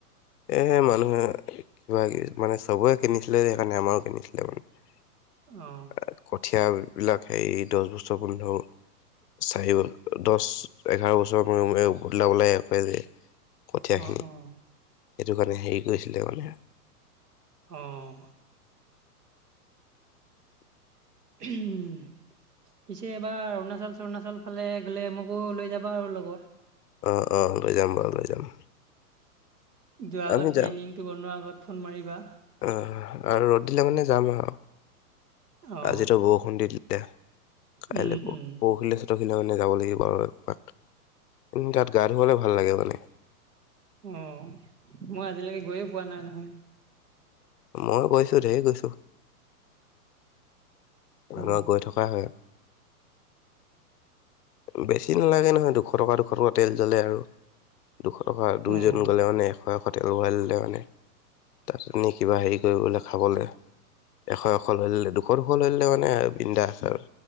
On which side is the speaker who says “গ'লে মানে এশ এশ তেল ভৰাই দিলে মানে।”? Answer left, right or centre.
Left